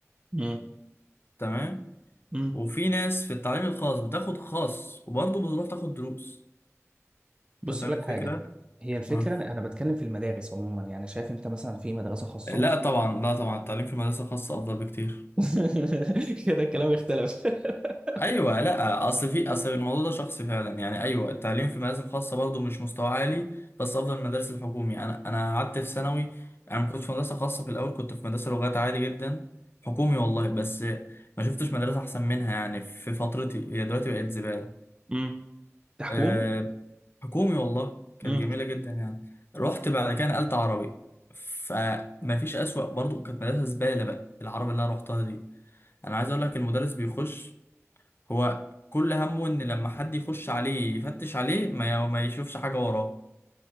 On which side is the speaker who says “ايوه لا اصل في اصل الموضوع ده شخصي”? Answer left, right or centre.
Left